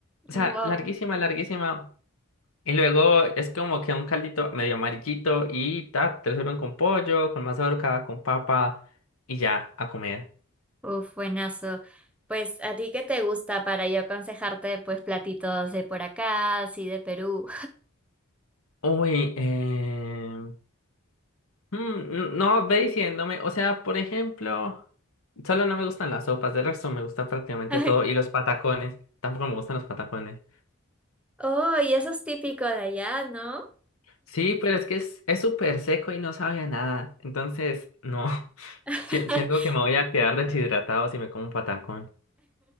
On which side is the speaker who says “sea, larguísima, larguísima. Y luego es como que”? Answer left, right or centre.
Left